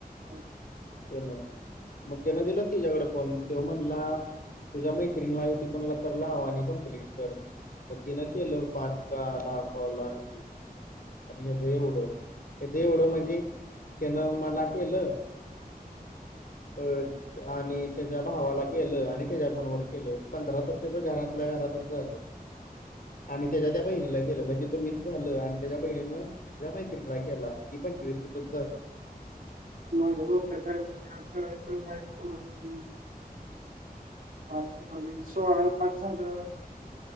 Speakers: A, on the right; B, on the left.
A: हो
B: तेन मग तेन दिला तिच्या्याकडे फोन तेव म्हणला तुझ्या मैत्रिणीला आहे तिकणला तर लाव आणि कंप्लीट कर मग तिनं केलं पाचका दहा कॉल आणखी आणि याच एवढं याच एवढं माझी त्यान मला केलं
A: <inaudible>
B: अ आणि त्याच्या भावाला केलं आणि त्याच्या फोनवर केलं पंधरा तर त्याचं घरातल्या घरातच झालं. आणि त्याच्या त्या बहिणीला ग केलं. म्हणज तिथं वीस झालं आणि त्याच्या बहिणीनं त्या मात्रीनी ला गेला ती पंचवीस तिथचं झालं.
A: माझ्या डोक्यात आहे उद्या करायचं काइबी करून देऊन पाच जण सोळा आणि पाच झालं